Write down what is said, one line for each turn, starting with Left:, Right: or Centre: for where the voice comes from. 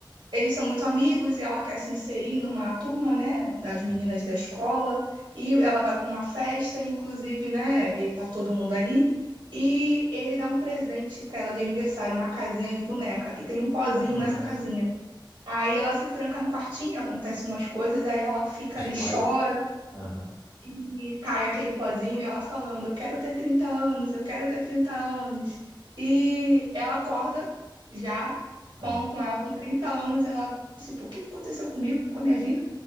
Right: Eles são muito amigos e ela quer se inserir numa turma, né? Das
Left: Uhum.
Right: meninas da escola. E ela vai para uma festa, inclusive, né? Ele tá todo mundo ali. E ele dá um presente para ela de aniversário, uma casinha de boneca. E tem um pozinho
Left: Que massa.
Right: nessa casinha. Aí ela se tranca no quartinho, acontece umas coisas, aí ela fica
Left: Sei
Right: ali, chora
Left: lá ele. Aham.
Right: e cai aquele pozinho e ela falando: Eu quero ter 30 anos, eu quero ter 30 anos. E ela acorda já com,
Left: aham.
Right: com ela com 30 anos, ela, tipo, o que que aconteceu comigo, com a minha vida?